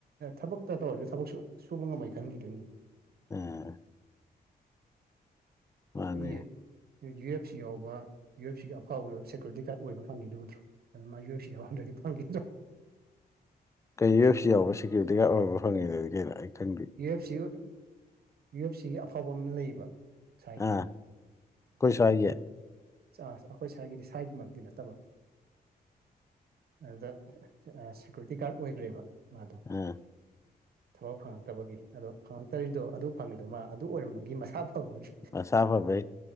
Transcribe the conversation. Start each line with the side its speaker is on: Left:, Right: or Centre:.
Right: ꯊꯕꯛꯇ ꯇꯧꯔꯁꯨ ꯊꯕꯛ ꯁꯨꯕ ꯉꯝꯃꯣꯏ ꯈꯟꯈꯤꯗꯨꯏꯅꯤ
Left: ꯎꯝ ꯃꯥꯅꯦ
Right: ꯃꯤ ꯌꯨ ꯑꯦꯐ ꯁꯤ ꯌꯥꯎꯕ ꯌꯨ ꯑꯦꯐ ꯁꯤꯒꯤ ꯑꯐꯥꯎꯞ ꯑꯣꯏꯕ ꯁꯦꯀ꯭ꯌꯨꯔꯤꯇꯤ ꯒꯥꯔꯠ ꯑꯣꯏꯕ ꯐꯪꯉꯤꯗꯣ ꯎꯨꯗ꯭ꯔꯣ ꯑꯗꯨ ꯃꯥ ꯌꯨ ꯑꯦꯞ ꯁꯤ ꯌꯥꯎꯔꯝꯗ꯭ꯔꯗꯤ ꯐꯪꯈꯤꯗ꯭ꯔꯣ
Left: ꯀꯩꯅꯣ ꯌꯨ ꯑꯦꯞ ꯁꯤ ꯌꯥꯎꯕ ꯁꯦꯀ꯭ꯌꯨꯔꯤꯇꯤ ꯒꯥꯔꯠ ꯑꯣꯏꯕ ꯐꯪꯉꯦ ꯑꯗꯨꯗꯤ ꯀꯩꯅꯣ ꯑꯩ ꯈꯪꯗꯦ
Right: U F C U F ꯁꯤꯒꯤ ꯑꯐꯕ ꯑꯃ ꯂꯩꯌꯦꯕ ꯁꯥꯏꯒꯤ
Left: ꯑꯥ ꯑꯩꯈꯣꯏ ꯁ꯭ꯋꯥꯏꯒꯤ
Right: ꯁꯤ ꯑꯩꯈꯣꯏ ꯁ꯭ꯋꯥꯏꯒꯤꯗꯤ ꯁ꯭ꯋꯥꯏꯒꯤꯃꯛꯇꯤ ꯅꯠꯇꯕ ꯑꯗꯨꯗ ꯁꯦꯀ꯭ꯌꯨꯔꯤꯇꯤ ꯒꯥꯔꯠ ꯑꯣꯏꯈ꯭ꯔꯦꯕ ꯃꯥꯗꯣ
Left: ꯎꯝ
Right: ꯊꯕꯛ ꯑꯃ ꯐꯪꯉ ꯇꯕꯒꯤ ꯑꯗꯣ ꯐꯪꯉꯛꯇꯔꯤꯗꯣ ꯑꯗꯨ ꯐꯪꯉꯤꯗꯣ ꯃꯥ ꯑꯗꯨ ꯑꯣꯏꯔꯝꯕꯒꯤ ꯃꯁꯥ ꯐꯪꯕꯒꯤ
Left: ꯃꯁꯥ ꯐꯕꯩ